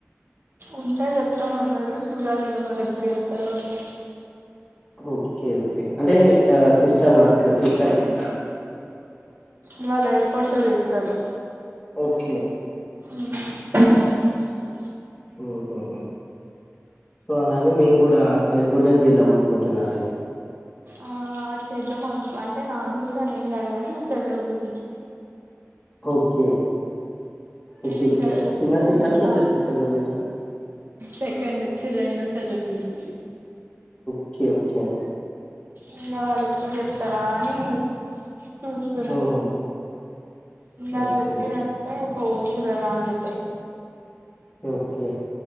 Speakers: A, on the right; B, on the left.
A: ఉంటా చెప్తామ అన్నారు చూడాలి ఇక మళ్ళ ఎప్పుడు చెప్తారుో వాళ్ళు
B: ఓకే ఓకే అంటే సిస్టమ్ వర్క్ సిస్టమ్ ఫీల్డ్
A: ఇవాళ్ళ ఎయిర్పోర్ట్లో చేస్తారు
B: ఓకే
A: ఉమ్
B: ఓహ్ హో సో అలానే మీరు కూడా ఎయిర్పోర్ట్లోని చేద్దాం అనుకుంటున్నారు అయితే
A: ఆ చేద్దాం అనుకో అంటే నా గురించి అని ఏం కాదుగాని మా చెల్లెల గురించి
B: ఓకే మీ సిస్టర్
A: ఇంకా చెప్తే
B: చిన్న సిస్టరా?
A: బట
B: పెద్ద సిస్టర్ గురించా?
A: సెకండ్ వచ్చి రెం వచ్చి లలు గుంది
B: ఓకే ఓకే
A: ఇంగ వాళ్ళు ఎప్పుడు చెప్తరాని చూస్తున్నం
B: హుహు.
A: ఇంగాళ్
B: ఓకే.
A: చెప్పిరంటే పోవొచ్చు గదా అని చెప్పేస్
B: ఓకె